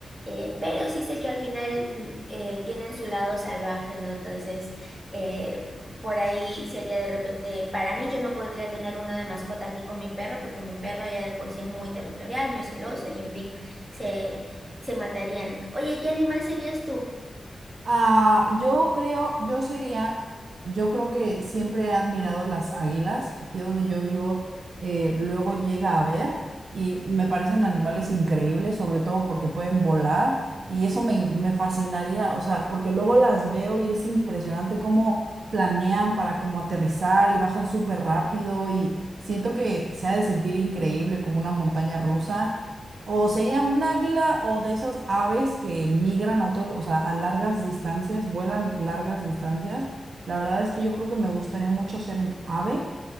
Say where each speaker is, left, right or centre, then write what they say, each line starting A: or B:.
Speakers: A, on the right (about 20°); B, on the right (about 60°).
A: eh, pero sí sé que al final mm, eh, tienen su lado salvaje, ¿no? Entonces eh, por ahí sería de repente, para mí yo no podría tener uno de mascota aquí con mi perro porque mi perro ya de por sí es muy territorial, muy celoso y en fin, se, se matarían. Oye, ¿y ¿qué animal serías tú?
B: Ah, yo creo, yo sería, yo creo que siempre he admirado las águilas. Aquí donde yo vivo, eh, luego llega a ver y me parecen animales increíbles, sobre todo porque pueden volar y eso me, me fascinaría, o sea, porque luego las veo y es impresionante cómo planean para como aterrizar y bajan súper rápido y siento que se ha de sentir increíble como una montaña rusa. O sería un águila o de esos aves que migran a otros, o sea, a largas distancias, vuelan largas distancias. La verdad es que yo creo que me gustaría mucho ser un ave.